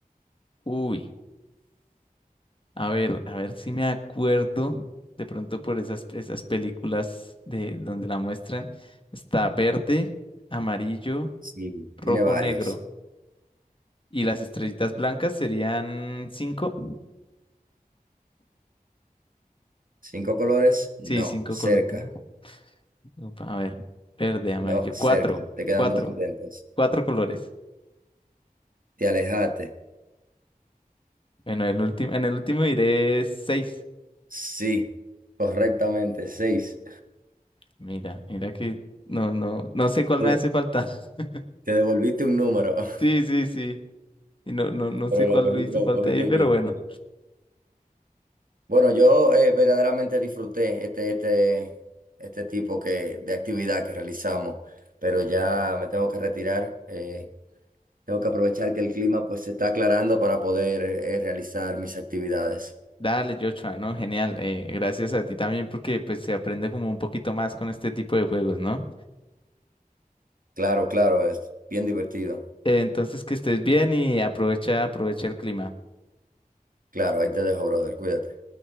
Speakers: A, on the left; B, on the right.
A: Uy. A ver, a ver si me acuerdo. De pronto por esas, esas películas de donde la muestran. Está verde, amarillo,
B: Sí,
A: rojo,
B: tiene varios.
A: negro. Y las estrellitas blancas serían cinco.
B: ¿Cinco colores? No,
A: Sí, cinco
B: cerca.
A: colores, ¿no? Upa, A ver, verde, amarillo.
B: No, cerca.
A: Cuatro,
B: Te quedan
A: cuatro,
B: dos intentos.
A: cuatro colores.
B: Te alejaste.
A: Bueno, el último, en el último diré seis.
B: Sí, correctamente, seis.
A: Mira, mira que no, no, no sé cuál
B: Te,
A: me hace falta. <laughs>
B: te devolviste un número, <laughs>
A: Sí, sí, sí. Y no, no, no
B: pero
A: sé cuál
B: lo cogiste,
A: le hizo
B: lo
A: falta
B: cogiste
A: ahí, pero
B: bien.
A: bueno.
B: bien. Bueno, yo eh, verdaderamente disfruté este, este, este tipo que, de actividad que realizamos, pero ya me tengo que retirar. eh, Tengo que aprovechar que el clima pues se está aclarando para poder eh, realizar mis actividades.
A: Dale, Joshua, ¿no? Genial. eh, gracias a ti también porque pues se aprende como un poquito más con este tipo de juegos, ¿no?
B: Claro, claro, es bien divertido.
A: Eh, entonces que estés bien y aprovecha, aprovecha el clima.
B: Claro, ahí te dejo, brother. Cuídate.